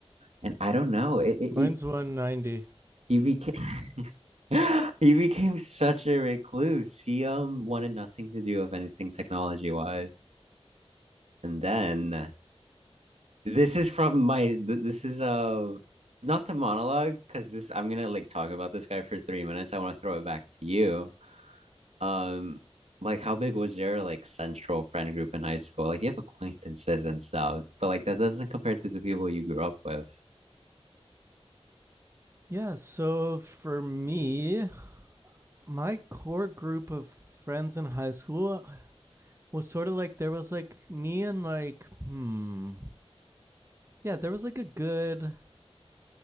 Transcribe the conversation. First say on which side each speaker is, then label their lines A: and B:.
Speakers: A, on the right; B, on the right.
A: And I don't know. It, it,
B: Mine's
A: it
B: 195.
A: he became <laughs> he became such a recluse. He um wanted nothing to do with anything technology wise. And then This is from my th- this is uh not to monologue because this I'm gonna like talk about this guy for three minutes. I want to throw it back to you. Um, like how big was your like central friend group in high school? Like you have acquaintances and stuff, but like that doesn't compare to the people you grew up with.
B: Yeah, so for me, my core group of friends in high school uh, was sort of like there was like me and like, hmm. Yeah, there was like a good